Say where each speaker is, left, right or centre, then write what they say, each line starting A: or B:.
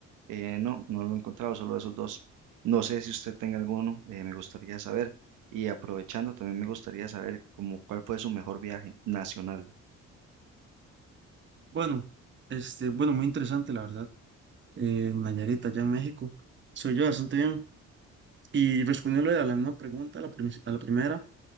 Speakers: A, on the right; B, on the right.
A: Eh, no, no lo he encontrado, solo esos dos. No sé si usted tenga alguno, eh, me gustaría saber. Y aprovechando, también me gustaría saber como cuál fue su mejor viaje nacional.
B: Bueno, este, bueno, muy interesante, la verdad. en Nayarit, allá en México. Soy yo bastante bien. Y respondiéndole a la misma pregunta, a la, primis- a la primera,